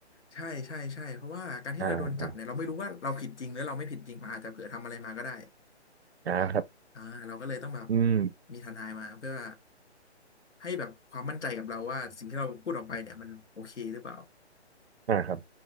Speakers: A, on the left; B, on the right.
A: ใช่ใช่ใช่เพราะว่าการที่เราโดนจับเนี่ยเราไม่รู้ว่าเราผิดจริงหรือเราไม่ผิดจริงมันอาจจะเผื่อทำอะไรมาก็ได้
B: อ่าอ่าอ่าครับ
A: อ่าเราก็เลยต้องแบบ
B: อืม
A: มีทนายมาเพื่อให้แบบความมั่นใจกับเราว่าสิ่งที่เราพูดออกไปเนี่ยมันโอเคหรือเปล่า
B: อ่าครับ